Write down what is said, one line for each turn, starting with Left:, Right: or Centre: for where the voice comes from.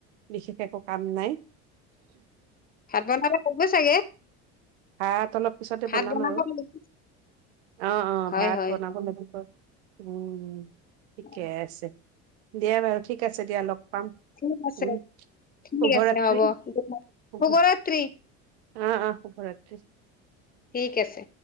Right: বিশেষ একো কাম নাই।
Left: ভাত বনাব কৰিব চাগে?
Right: হা তলত পিছতে
Left: ভাত
Right: বনাম
Left: বনাব
Right: আৰু।
Left: লাগিব
Right: অ' অ'
Left: হয়
Right: ভাত
Left: হয়
Right: বনাব লাগিব। উম! ঠিকে
Left: হয়।
Right: আছে। দিয়া বাৰু ঠিক আছে দিয়া। লগ পাম,
Left: ঠিক আছে
Right: উম!
Left: ঠিক
Right: শুভৰাত্ৰি।
Left: আছে হ'ব শুভৰাত্ৰি
Right: অ' অ' শুভৰাত্ৰি।
Left: ঠিক আছে